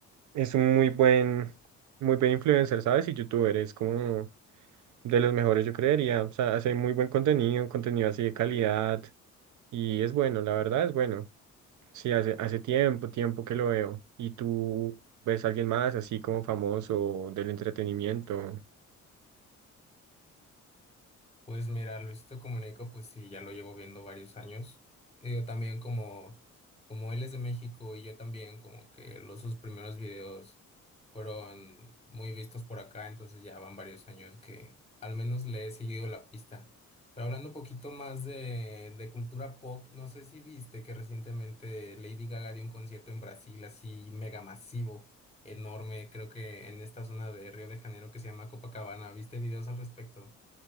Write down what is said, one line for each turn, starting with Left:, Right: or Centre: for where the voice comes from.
Right: es un muy buen, muy buen influencer, ¿sabes? Y youtuber, es como de los mejores, yo creería. O sea, hace muy buen contenido, contenido así de calidad y es bueno, la verdad es bueno. Sí, hace, hace tiempo, tiempo que lo veo. ¿Y tú ves a alguien más así como famoso del entretenimiento?
Left: Pues mira, Luisito Comunico, pues sí, ya lo llevo viendo varios años. Digo, también como, como él es de México y yo también, como que los sus primeros videos. fueron muy vistos por acá, entonces ya van varios años que al menos le he seguido la pista. Pero hablando un poquito más de, de cultura pop, no sé si viste que recientemente Lady Gaga dio un concierto en Brasil así mega masivo, enorme, creo que en esta zona de Río de Janeiro que se llama Copacabana. ¿Viste videos al respecto?